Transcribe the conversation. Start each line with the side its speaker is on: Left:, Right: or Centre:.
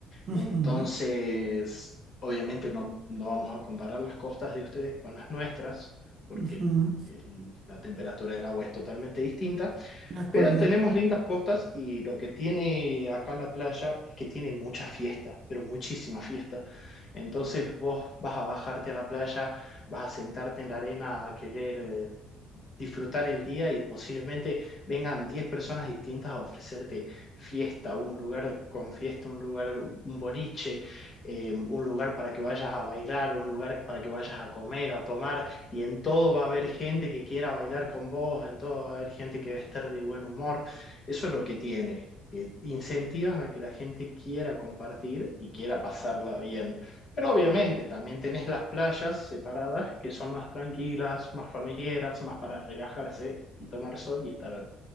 Right: Ujú,
Left: Entonces, obviamente no, no vamos a comparar las costas de ustedes con las nuestras, porque
Right: ujú,
Left: el- la temperatura del agua es totalmente distinta.
Right: de acuerdo.
Left: Pero tenemos lindas costas y lo que tiene acá la playa es que tiene mucha fiesta, pero muchísima fiesta. Entonces vos vas a bajarte a la playa, vas a sentarte en la arena a querer eh, disfrutar el día y posiblemente vengan 10 personas distintas a ofrecerte fiesta, un lugar con fiesta, un lugar, un boliche, eh, un lugar para que vayas a bailar, un lugar para que vayas a comer, a tomar y en todo va a haber gente que quiera bailar con vos, en todo va a haber gente que va a estar de buen humor. Eso es lo que tiene, que incentivan a que la gente quiera compartir y quiera pasarla bien. Pero obviamente también tenés las playas separadas que son más tranquilas, más familiares, más para relajarse y tomar sol y estar